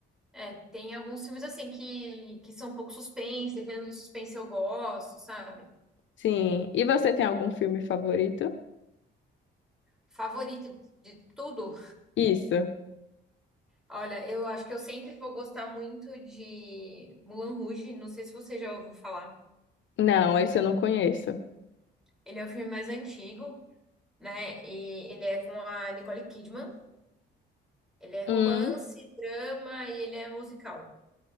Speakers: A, in the centre; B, on the left.
A: É, tem alguns filmes, assim, que, que são um pouco suspense, dependendo do suspense eu gosto, sabe?
B: Sim. E você tem algum filme favorito?
A: Favorito de tudo.
B: Isso.
A: Olha, eu acho que eu sempre vou gostar muito de Moulin Rouge, não sei se você já ouviu falar.
B: Não, esse eu não conheço.
A: Ele é o filme mais antigo, né? E ele é com a Nicole Kidman. Ele é romance,
B: Hum,
A: drama e ele é musical.